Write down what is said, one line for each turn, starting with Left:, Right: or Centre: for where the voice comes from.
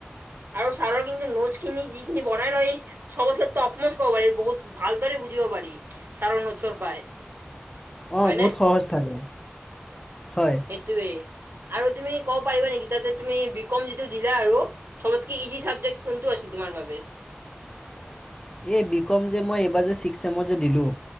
Right: আৰু ছাৰৰ কিন্তু নোট্চখিনি যিখিনি বনাই লয় ছবত চে টপ নোটছ কব পাৰি বহুত ভালদৰে <unintelligible> <unintelligible> পাৰি কাৰন <unintelligible> পাই।
Left: অ
Right: হয়নে
Left: বহুত সহজ থাকে হয়
Right: সেইটোয়েই আৰু তুমি ক'ব পাৰিবা নেকি তাতে তুমি বি কম যিটো দিলা আৰু চবতকে ইজি চাবজেক্ট কোনটো আছিল তোমাৰ বাবে
Left: <unintelligible> এই বি কম যে মই এইবাৰ ছিক্স ছেমত যে দিলো